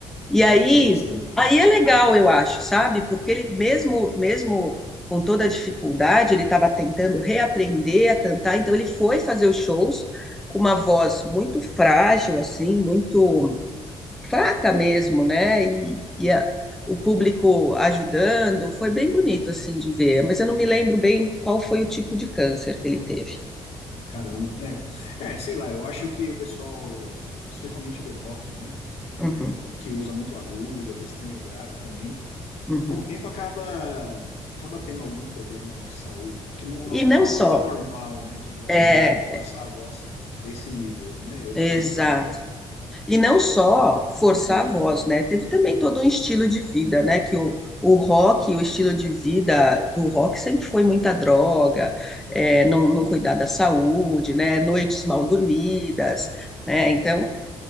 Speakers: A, in the centre; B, on the left.
A: E aí,
B: Pode ser.
A: aí é legal, eu acho, sabe? Porque ele mesmo, mesmo com toda a dificuldade, ele estava tentando reaprender a cantar, então ele foi fazer os shows com uma voz muito frágil, assim, muito fraca mesmo, né? E, e a- o público ajudando, foi bem bonito, assim, de ver. Mas eu não me lembro bem qual foi o tipo de câncer que ele teve.
B: Caramba, é. É, sei lá, eu acho que o pessoal, especialmente do rock, né,
A: Uhum,
B: é, que usa muito agudo, às vezes também o grave também,
A: uhum.
B: com o tempo acaba acaba tendo algum problema de saúde, né? Porque não,
A: E
B: não
A: não
B: é uma
A: só.
B: coisa normal, né, digamos,
A: É,
B: né, você forçar a voz a esse nível, né? Eu
A: exato.
B: pelo menos acho, né?
A: E não só forçar a voz, né? Teve também todo um estilo de vida, né? Que o, o rock, o estilo de vida do rock sempre foi muita droga, é, não, não
B: Sim.
A: cuidar da saúde, né? Noites mal dormidas, né? Então,